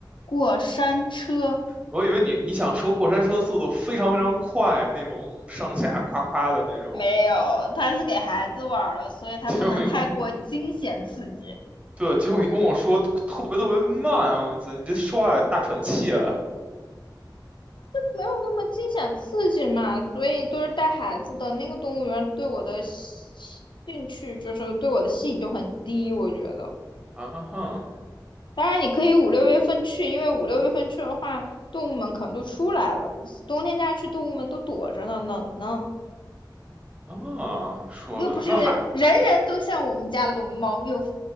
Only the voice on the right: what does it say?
我以为你你想说过山车速度非常非常快那种上下夸夸的那种，
结果你跟我对，结果你跟我说特别特别慢，我操，你这说话大喘气啊！
啊哈
啊，说的那还